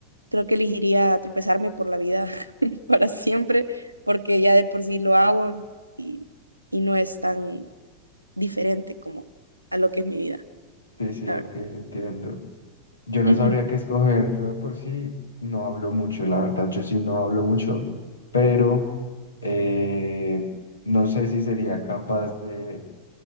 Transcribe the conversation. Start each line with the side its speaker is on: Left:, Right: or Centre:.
Right: creo que elegiría tropezarme por la vida <laughs> para siempre, porque ya de por sí lo hago y, y no es tan diferente como a lo que es mi vida,
Left: Sí, sí,
Right: la
Left: ok,
Right: verdad.
Left: entiendo. Yo no
Right: Ujú,
Left: sabría qué escoger. Yo de por sí no hablo mucho, la verdad, yo sí no hablo mucho, pero eh, no sé si sería capaz de